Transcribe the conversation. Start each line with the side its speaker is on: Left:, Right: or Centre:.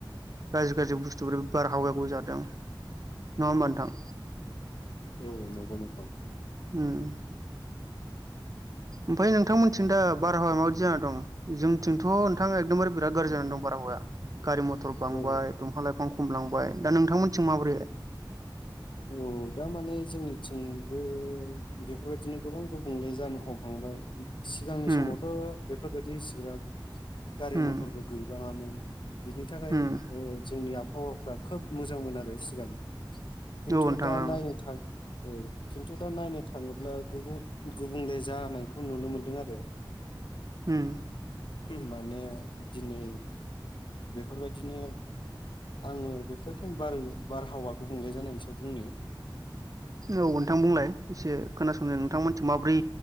Right: गाज्रि गाज्रि बुस्थुफोर बारहाव गुबुन जादों नङा होमबथां?
Left: औ नंगौ नोंथां
Right: ओम। ओमफ्राय नोंथांमोनथिं दा बारहावाया माबायदि जानानै दं? जोंथिंथ' नोंथाङा एकदमबारे बिराद गाज्रि जानानै दं बारहावाया। गारि मटर बांबाय
Left: औ
Right: दंफां लाइफां खमायलांबाय दा नोंथांमोननिथिं माबोरै?
Left: औ दा माने जोंनिथिंबो बेफोरबायदिनो गोबां गुबुंले जानो हमहांबाय सिगांनि
Right: उम
Left: समावथ' बेफोरबायदि इसिग्राब गारि
Right: उम
Left: मथरबो गैबाङामोन बिनि थाखाय
Right: उम औ
Left: ओ जोंनिया हौवाफ्रा खोब मोजां मोन आरो सिगां। खिन्थु
Right: नोंथां
Left: दा
Right: ओं
Left: नायनो थां औ खिन्थु दा नायनो थाङोब्ला गुबुं गुबुंले जानायखौ नुनो मोनदों आरो
Right: ओम।
Left: माने दिनै बेफोरबायदिनो आङो बेफोरबायदिनो बार बारहावा गुबुंले जानायनि सा बुंनि
Right: औ नोंथां बुंलाय एसे खोनासंनो नोंथांमोनथि माब्रै